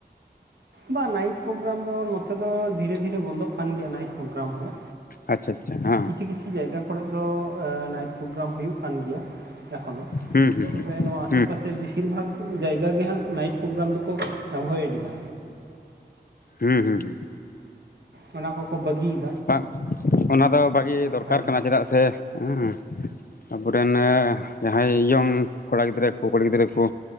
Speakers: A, on the right (about 70°); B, on the left (about 55°).
A: ᱵᱟᱝ ᱱᱟᱭᱤᱴ ᱯᱨᱳᱜᱨᱟᱢ ᱫᱚ ᱱᱚᱛᱮ ᱫᱚ ᱫᱷᱤᱨᱮ ᱫᱷᱤᱨᱮ ᱵᱚᱱᱫᱚᱜ ᱠᱟᱱ ᱜᱮᱭᱟ ᱱᱟᱭᱤᱴ ᱯᱨᱳᱜᱨᱟᱢ ᱦᱚᱸ
B: ᱟᱪᱪᱷᱟ ᱟᱪᱪᱷᱟ ᱦᱮᱸ
A: ᱠᱤᱪᱷᱩ ᱠᱤᱪᱷᱩ ᱡᱟᱭᱜᱟ ᱠᱚᱨᱮᱫ ᱫᱚ ᱮ ᱱᱟᱭᱤᱴ ᱯᱳᱜᱨᱟᱢ ᱦᱳᱭᱳᱜ ᱠᱟᱱ ᱜᱮᱭᱟ, ᱮᱠᱷᱚᱱᱚ
B: ᱦᱮᱸ ᱦᱩᱸ
A: ᱛᱚᱵᱮ ᱱᱚᱣᱟ ᱟᱥᱮ
B: ᱦᱩᱸ
A: ᱯᱟᱥᱮ ᱵᱤᱥᱤᱨ ᱵᱷᱟᱜᱽ ᱡᱟᱭᱜᱟ ᱜᱮ ᱦᱟᱸᱜ ᱱᱟᱭᱤᱴ ᱯᱨᱳᱜᱨᱟᱢ ᱫᱚᱠᱚ ᱮᱵᱷᱚᱭᱮᱴ ᱫᱟ᱾
B: ᱦᱩᱸ ᱦᱩᱸ ᱦᱩᱸ
A: ᱚᱱᱟ ᱠᱚᱠᱚ ᱵᱟᱹᱜᱤ
B: ᱵᱟᱝ ᱚᱱᱟ ᱫᱚ ᱵᱷᱟᱜᱤ ᱫᱚᱨᱠᱟᱨ
A: ᱦᱮᱸ
B: ᱠᱟᱱᱟ ᱪᱮᱫᱟᱜ ᱥᱮ ᱦᱮᱸ ᱟᱵᱚ ᱨᱮᱱ ᱮ ᱡᱟᱦᱟᱸᱭ ᱤᱭᱚᱝ ᱠᱚᱲᱟ ᱜᱤᱫᱽᱨᱟᱹ ᱠᱚ ᱠᱩᱲᱤ ᱜᱤᱫᱽᱨᱟᱹ ᱠᱚ